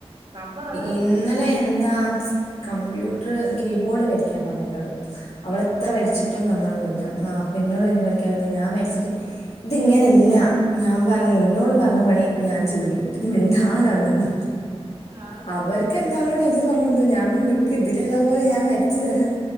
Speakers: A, on the right; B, on the left.
A: നമ്മളത്
B: ഇന്നലെ
A: ഇതുങ്ങൾ കേട്ടേന്റെ
B: എന്താ കമ്പ്യൂട്ടർ കീബോർഡ് വരക്കാൻ പറഞ്ഞുന്നോട് അവളെ ഇത്ര വരിച്ചിട്ടും നന്നാണില്ല അപ്പൊ പിന്നോട് പറഞ്ഞ് വരയ്ക്കാൻ പറഞ്ഞ് ഞാൻ വരിച്ചിട്ട് ഇതിങ്ങനെയല്ല ഞാൻ പറഞ്ഞ് ഇന്നോട് പറഞ്ഞ പണി ഞാൻ ചെയ്യും നീ മിണ്ടാണ്ടാവടന്നോ
A: ആഹ്
B: അവർക്ക് എന്താണോ ടീച്ചർ പറഞ്ഞത് കൊടുത്തേ ഞാൻ പറഞ്ഞ നിക്ക് ഇതിലുള്ള പോലെ ഞാൻ വരച്ചു തരാ